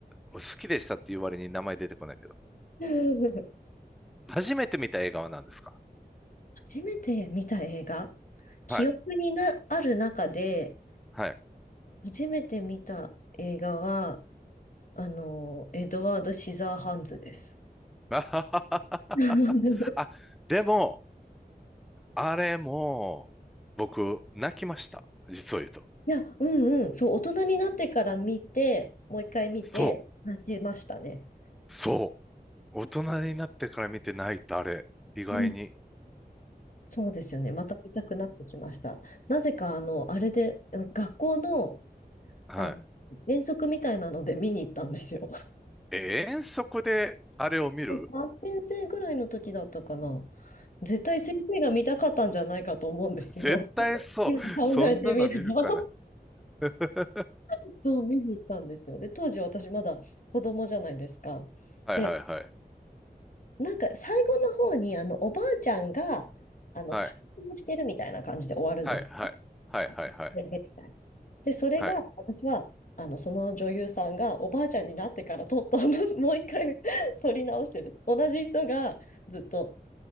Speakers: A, in the centre; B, on the left.
A: 好きでしたっていう割に名前出てこないけど。
B: <laughs>
A: 初めて見た映画は何ですか
B: 初めて見た映画、記憶にな、
A: はい。
B: ある中で、
A: はい。
B: 初めて見た映画は、あの、エドワード・シザーハンズです。
A: <laughs> あははは
B: <laughs>
A: あ、でも、あれも、僕、泣きました。実を言うと。
B: いや、うんうん、そう、大人になってから見て、もう一回見て、
A: そう。
B: 泣けましたね。
A: そう。大人になってから見て泣いたあれ。意外に。
B: うんそうですよね。また見たくなってきました。なぜか、あの、あれで、あの学校の、
A: は
B: あの、遠足みたいなので見に行ったんですよ。
A: い。え遠足であれを見る
B: 3年生ぐらいの時だったかな。絶対先生が見たかったんじゃないかと思うんですけど、
A: 絶対そう。
B: 今考えてみれば
A: そんなの見るかな。<laughs>
B: <laughs> そう見に行ったんですよ。で、当時私まだ子供じゃないですか。
A: はいはいはい。
B: で、なんか最後の方にあのおばあちゃんがあの解禁してるみたいな感じで終わるんです。
A: はい。はいはいはいはいはい。
B: <laughs> で、みたいなでそれが私はあのその女優さんがおばあちゃんになってから撮ったの
A: はい。
B: <laughs> もう一回撮り直してる。同じ人がずっと